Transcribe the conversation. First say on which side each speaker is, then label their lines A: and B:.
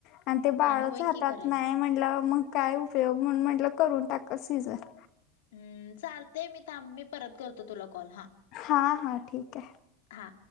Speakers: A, on the left (about 55°); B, on the left (about 80°).
A: आणि ते बाळच
B: वय
A: हातात
B: की करायचं.
A: नाही म्हणटल्या वर मग काय उपयोग म्हण म्हटलं करून टाका सीझर.
B: हम्म चालते मी थांब मी परत करतो तुला कॉल हा.
A: हा हा ठीक आहे
B: हा.